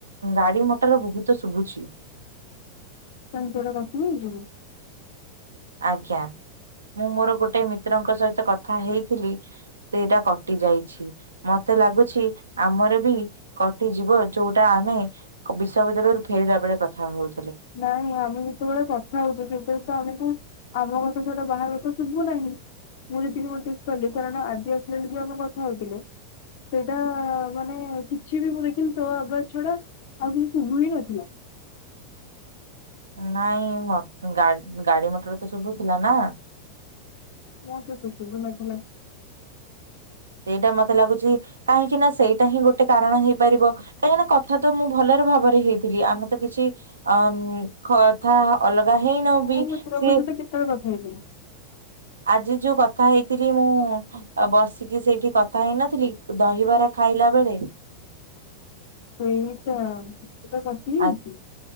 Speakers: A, on the right; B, on the left.
A: ଗାଡି ମଟର ବହୁତ ଶୁଭୁଛି। <inaudible>
B: ତମକୁ ଗୋଟେ କଥା <unintelligible>
A: ଆଜ୍ଞା। ମୁଁ ମୋର ଗୋଟେ ମିତ୍ରଙ୍କ ସହିତ କଥା ହେଇଥିଲି ସେଇଟା କଟି ଯାଇଛି ମତ ମତେ ଲାଗୁଛି ଆମର ବି କଟି ଯିବ ଯୋଉଟା ଆମେ ବିଶ୍ବିଦ୍ୟାଳୟରୁ ଫେରିଲ ବେ ଳେ କଥା ହଉ
B: ନାଇଁ ଆମେ ଯେତେବେଳେ କଥା ହଉଛୁ ସେତେବେଳେ ତ ଆମେ କୁ ଆମ କଥା ଛଡ଼ା ବାହାର କଥା ଶୁଭୁ ନାହିଁ। ମୁଁ ଯଦକି ନୋଟିସ କଲି କାରଣ ଆଜି ଆସିଲା ବେଳେ ଯାଉ ଆମେ କଥା ହେଥିଲେ। ସେଇଟା ମାନେ କିଛି ବି ମୁଁ ଦେଖିଲି ତୋ ଆବଜ୍ ଛଡା ଆଉ କିଛି ସୁବୁହିଁନଥିଲା।
A: <inaudible> ନାଇଁ ମ ଗାଡି ମଟର ତ ସବୁ ଥିଲା ନା।
B: ମତେ ତ ଶୁଭୂ ନଥିଲା।
A: ସେଇଟା ମତେ ଲାଗୁଛି କାହିଁକି ନା ସେଇଟା ହିଁ ଗୋଟେ କାରଣ ହେଇପାରିବ କାହିଁକି ନା କଥା ତ ମୁଁ ଭଲରେ ଭ ଭାବରେ ହେଇଥିଲି ଆମେ ତ କିଛି ଅମ୍ କଥା ଅ ଥା ହେଇ ନାହୁ
B: କୋଉ
A: ବି
B: ମିତ୍ରଙ୍କ
A: ସେଏ
B: ସହିତ କେତେବେଳେ କଥା ହେଇଥିଲି
A: ଆଜି ଯୋଉ କଥା ହେଇଥିଲି ମୁଁ ବସିକି ସେଇଠି କଥା ହେଇନଥିଲି ଦହିବାର ଖାଇଲା ବେଳେ
B: ସେଇଟା ଏଟା କଟି ଯାଇଛି?
A: ଆ